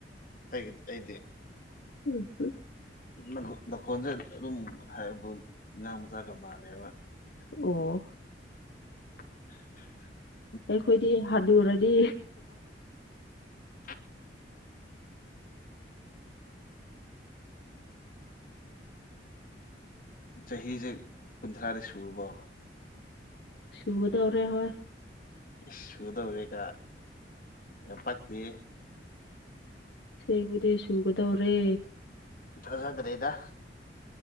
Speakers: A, on the left; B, on the left.
A: ꯑꯩꯒꯤꯗꯤ ꯑꯩꯗꯤ
B: ꯎꯝ ꯍꯝ
A: ꯅꯈꯣꯟ ꯅꯈꯣꯟꯗ ꯑꯗꯨꯝ ꯍꯥꯏꯕꯛ ꯑꯉꯥꯡ ꯃꯆꯥꯒ ꯃꯥꯜꯂꯦꯕ
B: ꯑꯣ
A: <unintelligible>
B: ꯑꯩꯈꯣꯏꯗꯤ ꯍꯥꯅꯨꯔꯅꯤ
A: <unintelligible> ꯆꯍꯤꯁꯦ ꯀꯨꯟꯊ꯭ꯔꯥꯗꯤ ꯁꯨꯨꯔꯕꯣ
B: ꯁꯨꯒꯗꯧꯔꯦ ꯍꯣꯏ
A: ꯁꯨꯗꯧꯔꯦꯀ ꯌꯥꯝ ꯄꯛꯇꯦ
B: ꯁꯦꯡꯕꯗꯤ ꯁꯨꯒꯗꯧꯔꯦ
A: ꯊꯥꯖꯗ꯭ꯔꯦꯗ